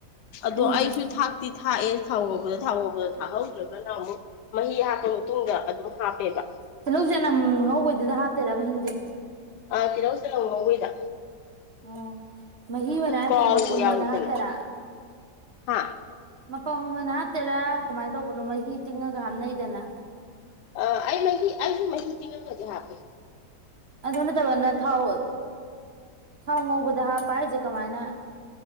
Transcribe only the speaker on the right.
ꯎꯝ
ꯇꯤꯜꯍꯧ ꯆꯅꯝ ꯉꯧꯕꯩꯗꯨꯗ ꯍꯥꯞꯇꯣꯏꯔꯕ ꯍꯤꯡꯁꯦ
ꯑꯣ ꯃ ꯍ ꯑꯣꯏꯅꯅ ꯍꯥ
ꯇꯔ ꯃꯄꯨ
ꯃꯅ ꯍꯥꯇꯔ
ꯄꯪ ꯑꯣꯏꯅ ꯍꯥꯞꯇꯦꯔꯥ ꯀꯃꯥꯏꯅ ꯇꯧꯕꯅꯣ ꯃꯍꯤ ꯇꯤꯡꯉꯒ ꯍꯥꯞꯅꯩꯗꯅ
ꯑꯗꯨꯅꯠꯇꯕ ꯅ ꯊꯥꯎ ꯊꯥꯎ ꯃꯑꯣꯕꯨꯗ ꯍꯥꯞ ꯄꯥꯏ ꯀꯃꯥꯏꯅ